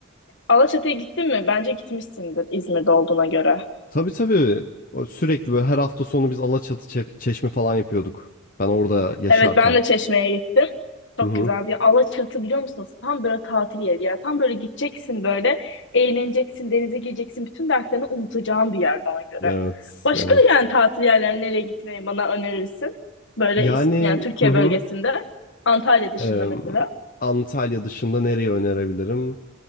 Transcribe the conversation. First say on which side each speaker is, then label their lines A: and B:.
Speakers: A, on the left; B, on the left.
A: Alaçatı'ya gittin mi? Bence gitmişsindir İzmir'de olduğuna göre.
B: Tabii tabii. O Sürekli böyle her hafta sonu biz Alaçatı çe- Çeşme falan yapıyorduk. Ben orada yaşarken.
A: Evet ben de Çeşme'ye gittim. Çok
B: Hı hı.
A: güzel bir Alaçatı biliyor musunuz? Tam böyle tatil yeri bir yer. Tam böyle gideceksin böyle eğleneceksin, denize gireceksin. Bütün dertlerini unutacağın bir yer bana göre.
B: Evet,
A: Başka
B: evet.
A: yani tatil yerlerine nereye gitmeyi bana önerirsin? Böyle
B: Yani
A: is- yani Türkiye
B: hı hı.
A: bölgesinde Antalya dışında
B: Eee,
A: mesela.
B: Antalya dışında nereyi önerebilirim?